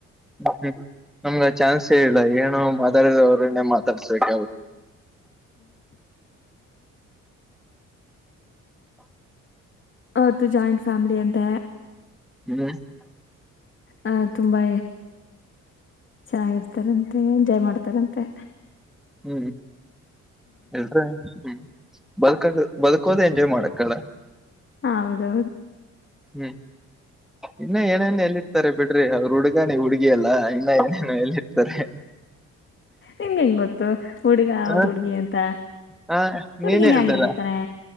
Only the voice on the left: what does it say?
ಅವತ್ತು ಜಾಯಿಂಟ್ ಫ್ಯಾಮಿಲಿ ಅಂತ
ಹ ತುಂಬಾ ಚೆನ್ನಾಗಿರ್ತಾರೆ ಅಂತ ಎಂಜಾಯ್ ಮಾಡ್ತ ಹತಾರಂತೆ
ಹೌದೌದು
ನಿಮ್ಗೆ ಹೆಂಗ್ ಗೊತ್ತು ಹುಡುಗ ಅವ್ರ
ಹುಡ್ಗಿ ಅಂತ
ಹುಡ್ಗಿನೇ
ಆಗಿರ್ಬೋತಾನೆ